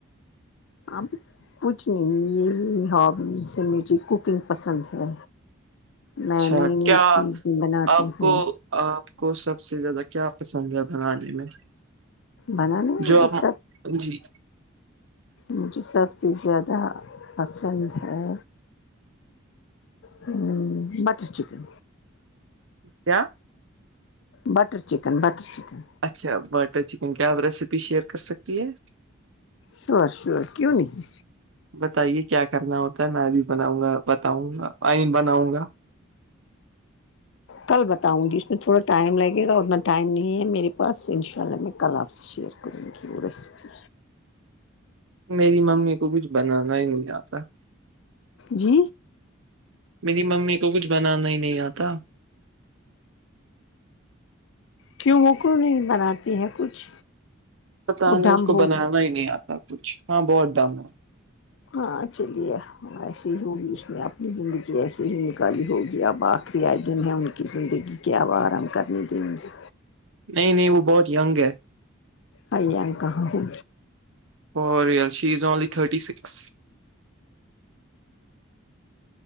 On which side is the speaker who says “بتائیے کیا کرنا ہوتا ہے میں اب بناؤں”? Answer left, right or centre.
Right